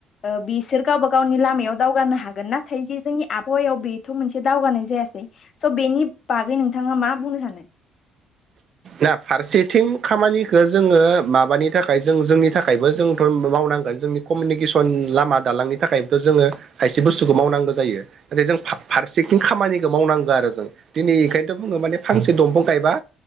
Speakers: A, on the left; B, on the right.
A: ओ बिसोर गावबा गावनि लामायाव दावगानो हागोन नाथाय जे जोंनि आबहावायाव बेथ' मोनसे दावगानाय जायासै स' बेनि बागै नोंथाङा मा बुंनो सानो?
B: ना फारसेथिं खामानिखौ जोङो माबानि थाखाय जों जोंनि थाखाय थाखायबो जोंथ' मावनांगोन जोंनि कमिउनिकेसन लामा दालांनि थाखायथ' जोङो खायसे बुस्थुखौ मावनांगौ जायो नाथाय जों फारसेथि खामानिखौ मावनांगौ आरो जों दिनै बेखायनोथ' बुङो माने फांसे दंफां गायबा